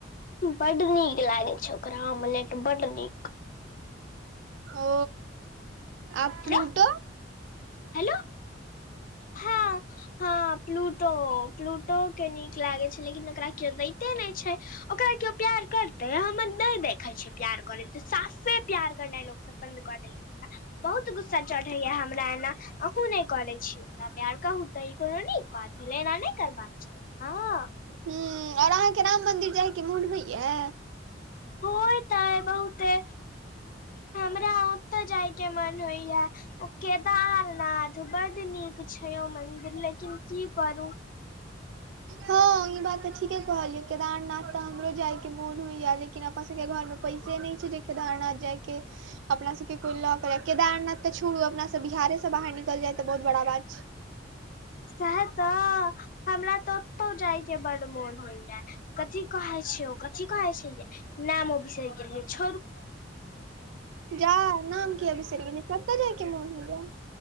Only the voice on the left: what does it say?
बड नीक लागे छै ओकरा आमलेट बड नीक
हेलो हेलो हँ हँ प्लूटो प्लू पो के नीक लागे छै लेकिन ओकरा केयो दैते नहि छै ओकरा केयो प्यार करते हमर नैय देखे छै प्यार करैत साफे प्यार करनाइ लोग सब बंद कऽ देल बहुत गुस्सा चढ़ैया हमरा एना अहुँ नहि करे छी ओकरा प्यार कहू तऽ ई कोनो नीक बात भेलै एना नहि करबाक चाही न
होय तऽ अय बहुते हमरा ओतऽ जाय के मन होइया ओ केदारनाथ बड्ड नीक छै ओ मन्दिर लेकिन की करू
सेह तऽ हमरा तऽ ओतौ। जाय के बडु मोन होइया। कथी कहै छै। कथी कहै छैे। नामो बिसरि गेलियै छोड़।